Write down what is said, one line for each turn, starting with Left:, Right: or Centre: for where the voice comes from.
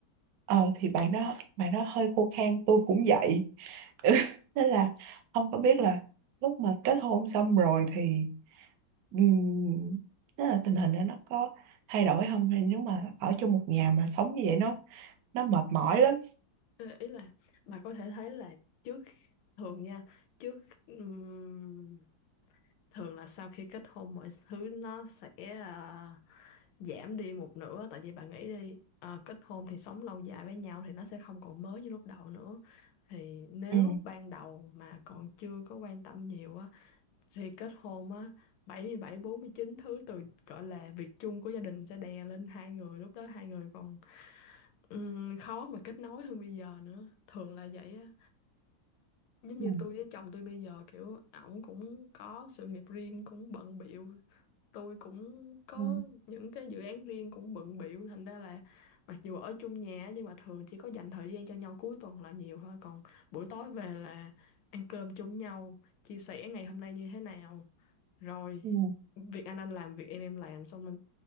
Right: ờ thì bạn đó bạn đó hơi khô khan tôi cũng vậy <laughs> Nên là ông có biết là lúc mà kết hôn xong rồi thì um, là tình hình đó nó có thay đổi không Hay nếu mà ở chung một nhà mà sống như vậy nó nó mệt mỏi lắm
Left: Ờ, ý là bà có thể thấy là trước thường nha trước ừm, thường là sau khi kết hôn mọi thứ nó sẽ ờ, giảm đi một nửa tại vì bà nghĩ đi ờ, kết hôn thì sống lâu dài với nhau thì nó sẽ không còn mới như lúc đầu nữa thì nếu
Right: ừ.
Left: ban đầu mà còn chưa có quan tâm nhiều á thì kết hôn á bảy bảy mươi bảy bốn mươi chín thứ từ gọi là việc chung của gia đình sẽ đè lên hai người lúc đó hai người còn ừm, khó mà kết nối hơn bây giờ nữa thường là vậy á giống
Right: Ừ.
Left: như tôi với chồng tôi bây giờ kiểu ổng cũng có sự nghiệp riêng cũng bận bịu tôi cũng có
Right: Ừ.
Left: những cái dự án riêng cũng bận bịu thành ra là mặc dù ở chung nhà á, nhưng mà thường chỉ có dành thời gian cho nhau cuối tuần là nhiều thôi còn buổi tối về là ăn cơm chung nhau chia sẻ ngày hôm nay như thế nào rồi
Right: Ừ.
Left: việc anh anh làm việc em em làm xong mình